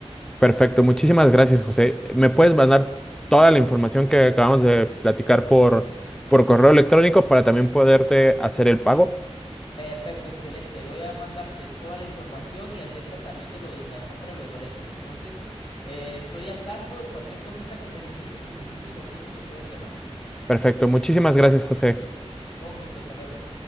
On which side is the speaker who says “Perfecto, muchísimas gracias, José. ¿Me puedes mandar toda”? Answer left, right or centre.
Centre